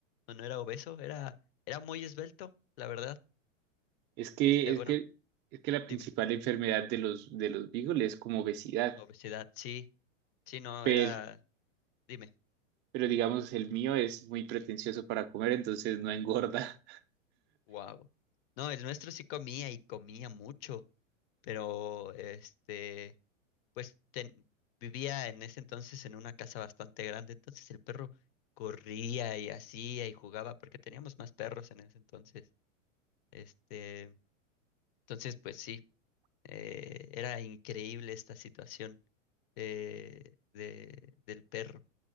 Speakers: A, on the left; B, on the right.
A: no no era obeso, era, era muy esbelto, la verdad.
B: Es que,
A: Este,
B: es
A: bueno,
B: que, es que la principal
A: dime,
B: enfermedad de los, de los beagles es como obesidad.
A: obesidad, sí, sí, no,
B: Pero,
A: era, dime.
B: pero digamos, el mío es muy pretencioso para comer, entonces no engorda. <laughs>
A: Wow. No, el nuestro sí comía y comía mucho, pero este, pues ten- vivía en ese entonces en una casa bastante grande, entonces el perro corría y hacía y jugaba porque teníamos más perros en ese entonces. Este, entonces pues sí, eh, era increíble esta situación eh, de, del perro.